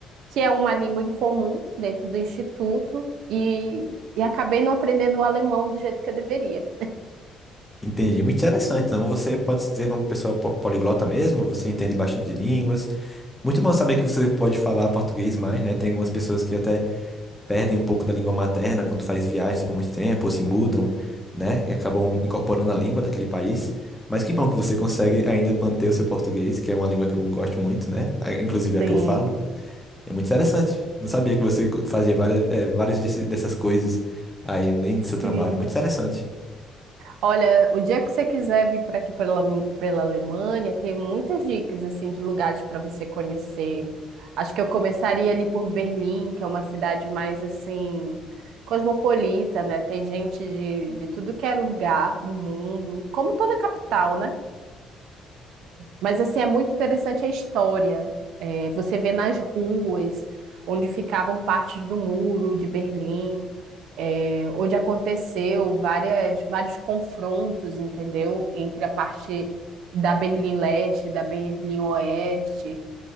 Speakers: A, on the right; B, in the centre.
A: que é uma língua em comum dentro do instituto, e, e acabei não aprendendo o alemão do jeito que eu deveria.
B: Entendi, muito interessante. Então você pode se dizer uma pessoa po- poliglota mesmo? Você entende bastante de línguas. Muito bom saber que você pode falar português mais, né? Tem algumas pessoas que até perdem um pouco da língua materna quando faz viagens por muito tempo, ou se mudam, né? E acabam incorporando a língua daquele país. Mas que bom que você consegue ainda manter o seu português, que é uma língua que eu gosto muito, né? a- Inclusive a
A: Sim,
B: que eu falo. É muito interessante. Não sabia que você co- fazia várias, eh, várias desse- dessas coisas aí, nem do
A: sim.
B: seu trabalho. Muito interessante.
A: Olha, o dia que você quiser vir para aqui pela, pela Alemanha, tem muitas dicas assim de lugares para você conhecer. Acho que eu começaria ali por Berlim, que é uma cidade mais assim cosmopolita, né? Tem gente de, de tudo que é lugar do mundo, como toda capital, né? Mas assim é muito interessante a história. É, Você vê nas ruas onde ficavam partes do muro de Berlim, é, onde aconteceu várias, vários confrontos, entendeu? Entre a parte da Berlim Leste e da Berlim Oeste.